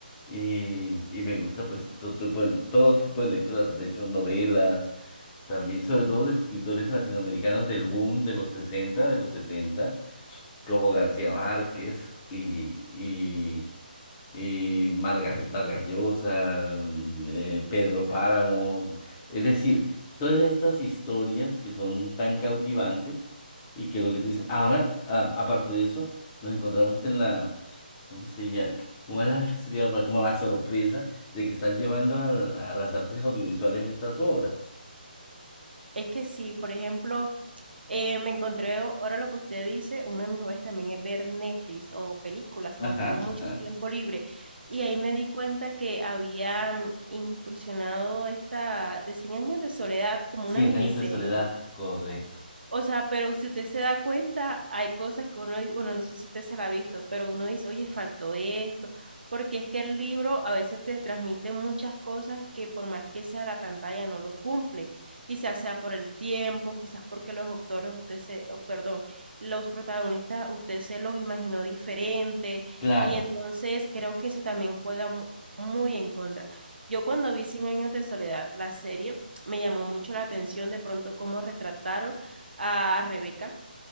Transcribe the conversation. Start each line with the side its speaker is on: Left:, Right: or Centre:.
Left: Y, y me gusta pues todo tipo, de, todo tipo de lecturas. De hecho, novelas también, sobre todo de escritores latinoamericanos del boom de los 60 de los 70 como García Márquez y, eh, Vargas, Vargas Llosa, mm, eh,
Right: sí.
Left: Pedro Páramo, es decir, todas estas historias que son tan cautivantes y que lo que tú dices, ahora, a- aparte de eso, nos encontramos en la, ¿cómo se llama? ¿Cómo era- <laughs> sería pa- como la sorpresa de que están llevando al- a las artes audiovisuales estas obras?
Right: Es que sí, por ejemplo, Eh, me encontré, ahora lo que usted dice, uno de mis hobbies también es ver Netflix o películas
Left: Ajá,
Right: cuando tengo mucho
Left: ajá.
Right: tiempo libre. Y ahí me di cuenta que había mm, incursionado esta de cien años de soledad como
Left: Cien
Right: una miniserie.
Left: años de soledad, correcto.
Right: O sea, pero si usted se da cuenta, hay cosas que uno, di- bueno, no sé si usted se la ha visto, pero uno dice, oye, faltó esto, porque es que el libro a veces te transmite muchas cosas que por más que sea la pantalla no lo cumple. Quizás sea por el tiempo, quizás porque los autores, usted se, o, perdón, los protagonistas, usted se los imaginó diferente,
Left: Claro,
Right: y entonces creo que eso también juega mu- muy en contra. Yo cuando vi Cien años de soledad, la serie, me llamó mucho la atención de pronto cómo retrataron a Rebeca,